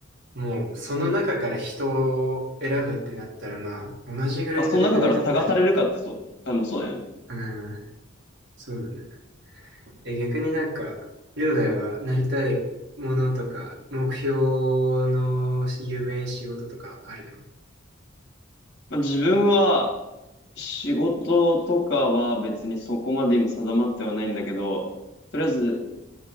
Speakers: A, on the right; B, on the left.
A: もうその中から人を選ぶってなったらまあ、同じぐらいのレベルだったら、
B: まあ、その中から探されるかってそう、かもそうだよね。
A: うん、そうだね。え、逆になんか、りょうだいはなりたいものとか、目標の夢、仕事とかあるの
B: まあ、自分は、仕事とかは別にそこまで今定まってはないんだけど、とりあえず、